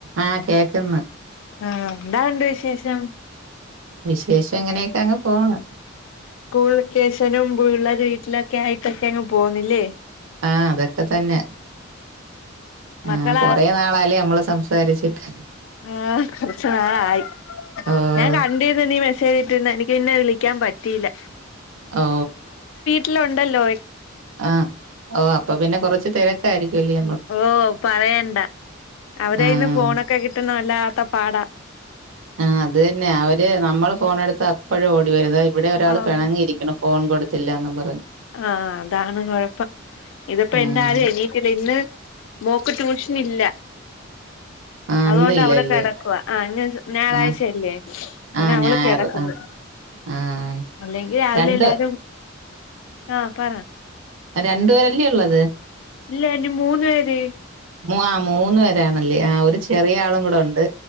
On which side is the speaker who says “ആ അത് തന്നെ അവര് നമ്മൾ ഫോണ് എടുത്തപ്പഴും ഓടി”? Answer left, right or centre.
Right